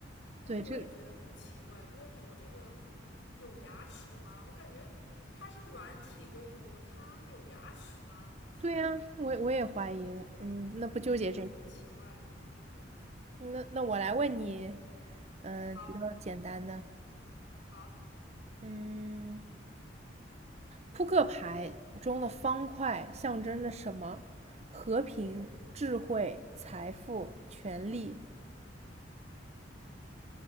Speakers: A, on the left (about 70°); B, on the right (about 35°).
A: 但是我也觉得很奇怪，
B: 对，这
A: 蜗牛这个有牙齿吗？我感觉它是软体动物，它有牙齿吗？
B: 对呀，我我也怀疑。嗯，那不纠结这题
A: 这个好奇怪。嗯，
B: 嗯那那我来问你，嗯、
A: 好，
B: 比较简单的，
A: 好，
B: 嗯，扑克牌中的方块象征着什么？和平、智慧、财富、权力。